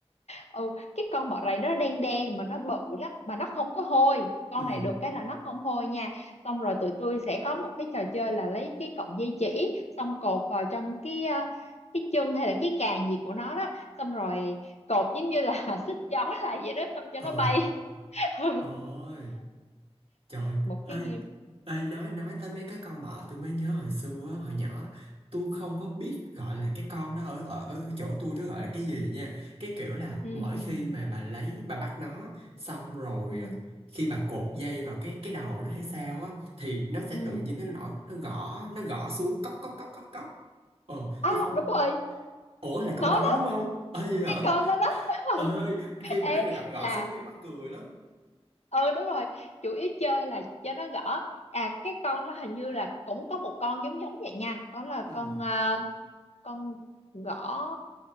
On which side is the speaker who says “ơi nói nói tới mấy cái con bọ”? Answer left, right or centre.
Right